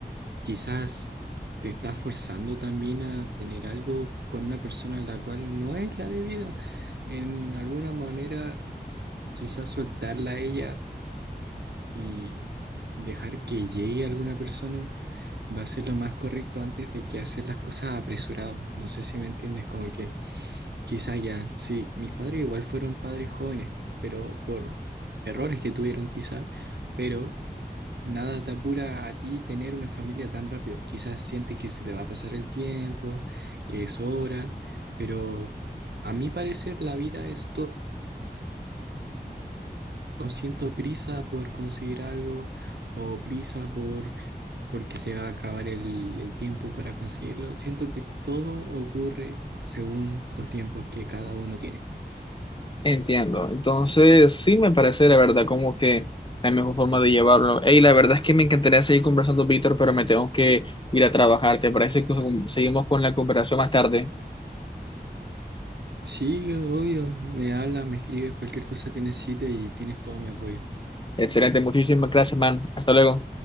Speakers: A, on the right; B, on the left.
A: Quizás te estás forzando también a tener algo con una persona a la cual no es la debida. En alguna manera, quizás soltarla a ella y dejar que llegue alguna persona va a ser lo más correcto antes de que hacer las cosas apresurado. No sé si me entiendes, como que quizás ya, sí, mis padres igual fueron padres jóvenes, pero por errores que tuvieron quizás, pero Nada te apura a ti tener una familia tan rápido. Quizás sientes que se te va a pasar el tiempo, que es hora, pero a mi parecer la vida es todo. No siento prisa por conseguir algo o prisa por porque se va a acabar el, el tiempo para conseguirlo. Siento que todo ocurre según los tiempos que cada uno tiene.
B: Entiendo. Entonces, sí me parece la verdad como que la mejor forma de llevarlo. y la verdad es que me encantaría seguir conversando, Víctor, pero me tengo que ir a trabajar. ¿Te parece que seguimos con la conversación más tarde?
A: Sí, obvio, me hablas, me escribes cualquier cosa que necesites y tienes todo mi apoyo.
B: Excelente, muchísimas gracias, man. Hasta luego.